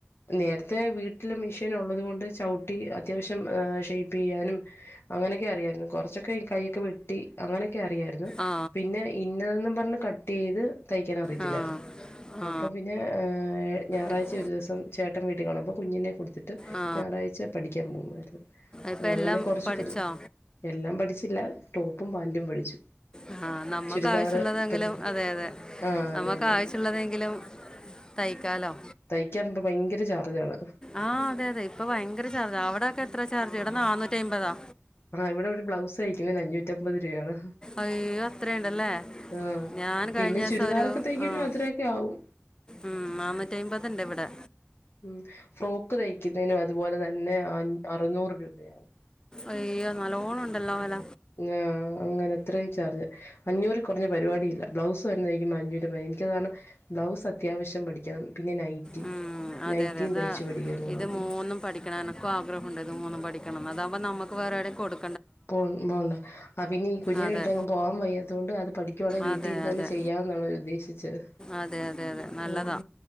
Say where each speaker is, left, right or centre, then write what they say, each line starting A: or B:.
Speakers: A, on the left; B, on the left.
A: നേരത്തെ വീട്ടില് മെഷീൻ ഒള്ളത് കൊണ്ട് ചവിട്ടി അത്യാവശ്യം ഷേപ്പേയ്യാനും അങ്ങനെയൊക്കെ അറിയാരുന്നു കൊറച്ചൊക്കെ കയൊക്കെ വെട്ടി അങ്ങനെ അറിയാരുന്നു
B: ആ
A: പിന്നെ ഇന്നതെന്നും പറഞ്ഞ് കട്ട് കട്ടേയ്ത് തയ്ക്കാൻ അറിയത്തില്ലാരുന്ന്
B: ആ ആ
A: അപ്പം പിന്നെ ഞായറാഴ്ച
B: ഇപ്-
A: ഒരു ദിവസം ചേട്ടൻ വീട്ടി കാണും അപ്പ കുഞ്ഞിനെ കൊടുത്തി ട്ട്
B: ആ
A: ഞായറാഴ്ച പഠിക്കാൻ പോവാരുന്നു
B: ഇപ്പം
A: അതങ്ങനെ
B: എല്ലാം
A: കൊറച്ച്
B: പഠിച്ചോ
A: പഠിച്ചു എല്ലാം പഠിച്ചില്ല ടോപ്പും പാന്റും പഠിച്ചു
B: ആഹ് നമ്മക്ക്
A: ചുരിദാർ
B: ആവശുള്ളതെങ്കിലും
A: ഇഷ്ടപ്പെട്ടു
B: അതെ അതെ
A: ആ അത്
B: നമ്മക്ക്
A: തന്നെ
B: ആവശ്യുള്ളതെങ്കിലും തയ്ക്കാലോ
A: തയ്ക്കാൻമ്പ ഭയങ്കര ചാർജാണ്
B: ആഹ് അതെ അതെ ഇപ്പ ഭയങ്കര ചാർജ അവിടെയക്കെ എത്രാ ചാർജ് ഇവിടെ നാനൂറ്റി അയ്മ്പതാ
A: ആഹ് ഇവിടെ ഒരു ബ്ലൗസ് തയ്ക്കുന്നേന് അഞ്ഞൂറ്റമ്പ ത് രൂവേണ്
B: അയ് അത്രേണ്ടല്ലേ
A: ആഹ്
B: ഞാൻ കഴിഞ്ഞൂസം
A: പിന്നെ ചുരിദാറൊക്കെ
B: ഒരു
A: തയ്ക്കുന്നതിന്
B: ആഹ്
A: അത്രയൊക്കെ ആവും
B: ഉം നാന്നൂറ്റയ്മ്പതിണ്ട് ഇവടെ
A: ഉം ഫ്രോക്ക് തയ്ക്കുന്നതിനും അതുപോലെ തന്നെ അൻ അറുന്നൂറ് രൂപയാവും.
B: അയ്യോ നല്ലോണം ഉണ്ടല്ലോ വെല.
A: ആഹ് അങ്ങനെ അത്രയും ചാർജ് അഞ്ഞൂറ് കൊറഞ്ഞ പരിപാടില്ല ബ്ലൗസ് വര്ന്നായിരിക്കും <unintelligible> എനിക്കതാണ് ബ്ലൗസ് അത്യാവശ്യം പഠിക്കണം പിന്നെ നൈറ്റി
B: ഉം, അതെ
A: നൈറ്റിയും
B: അതെ അതാ
A: തയ്ച്ചു പഠിക്കുന്നുണ്ട്
B: ഇത് മൂന്ന് പഠിക്കണം എനക്കും ആഗ്രഹമുണ്ട് ഇത് മൂന്നും പഠിക്കണന്ന് അതാകുമ്പോ നമ്മക്ക് വേറെവിടെയും കൊടു
A: പോ പോവ്ണ്ട് ആഹ് പിന്നെ ഈ കുഞ്ഞിനെ
B: അതെ
A: ഇട്ട് എങ്ങോട്ടും പോവാൻ വയ്യാത്തോണ്ട് അത് പഠിക്കുവാണെ വീ
B: അതെ
A: ട്ടീര്ന്നു
B: അതെ
A: തന്നെ ചെയ്യാം എന്നാണോ അവര് ഉദ്ദേശിച്ചത്.
B: അതെ അതെ അതെ നല്ലതാ.
A: ഉം